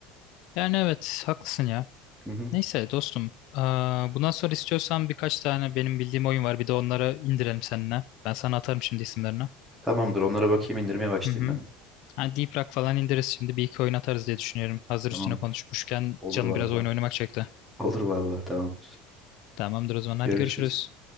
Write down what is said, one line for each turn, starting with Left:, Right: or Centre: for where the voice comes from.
Left: Yani evet haklısın ya.
Centre: Hı hı.
Left: Neyse dostum. Aa, bundan sonra istiyorsan birkaç tane benim bildiğim oyun var. Bir de onlara indirelim seninle. Ben sana atarım şimdi isimlerini.
Centre: Tamamdır onlara bakayım indirmeye başlayayım
Left: Hı hı.
Centre: ben de.
Left: Ha, Deep Rock falan indiririz şimdi. Bir iki oyun atarız diye düşünüyorum. Hazır
Centre: Tamamdır.
Left: üstüne konuşmuşken
Centre: Olur
Left: canım
Centre: vallahi.
Left: biraz oyun oynamak çekti.
Centre: Olur vallahi tamamdır.
Left: Tamamdır o zaman. Hadi
Centre: Görüşürüz.
Left: görüşürüz.